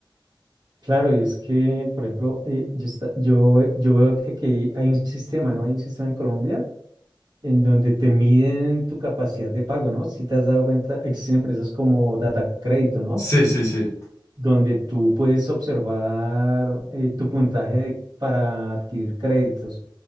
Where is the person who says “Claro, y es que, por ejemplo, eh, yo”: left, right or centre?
Right